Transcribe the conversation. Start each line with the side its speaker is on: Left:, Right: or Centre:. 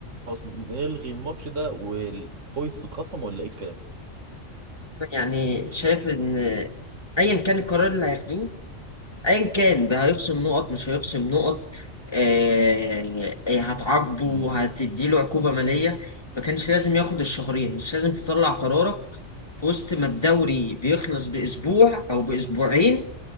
Right: نلغي الماتش ده والبوينتس تتخصم ولا ايه الكلام
Left: يعني شايف ان ايا كان القرار اللي هياخدوه ايا كان بقى هيخصم نقط مش هيخصم نقط آه آه، هتعاقبه
Right: امم
Left: هتديله عقوبة مالية ما كانش لازم ياخد الشهرين مش لازم تطلع قرارك في وسط ما الدوري بيخلص باسبوع او باسبوعين